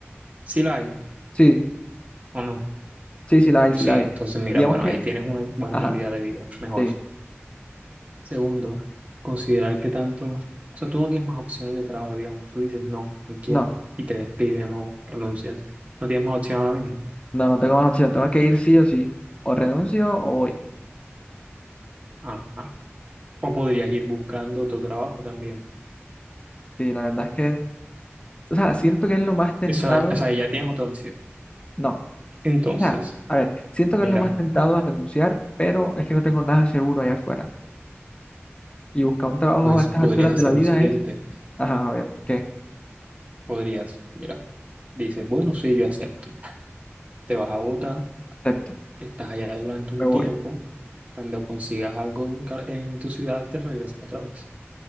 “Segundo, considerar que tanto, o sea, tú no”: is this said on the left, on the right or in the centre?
Right